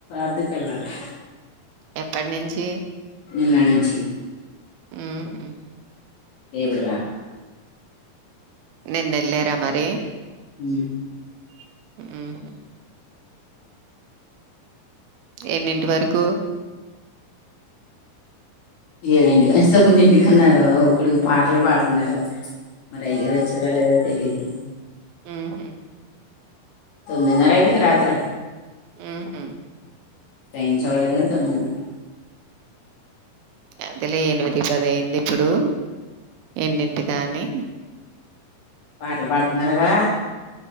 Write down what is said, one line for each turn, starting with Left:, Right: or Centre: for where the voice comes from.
Left: అద్దకల్లలే
Right: ఎప్పట్నించి
Left: నిన్న నుంచి
Right: ఉహు
Left: రేపటి దాక
Right: నిన్నెళ్లేరా మరి
Left: ఉ
Right: మ్ ఎన్నింటి వరకు
Left: ఏడింటికని తొమ్మిదింటికిన్నారు ఇప్పుడుకి పాటలు పాడుతున్నారు మరి అయగారు వచ్చారో లేదో తెలీదు
Right: ఉహు
Left: తొమ్మిదిన్నర అయిపోయింది రాత్ర
Right: ఉహు
Left: పెంచోలు గద తొమ్మిదినరకి
Right: అదిలే ఎనిమిది పది అయింది ఇప్పుడు ఎన్నింటి కానీ
Left: పాట్లు పాడుతున్నారుగా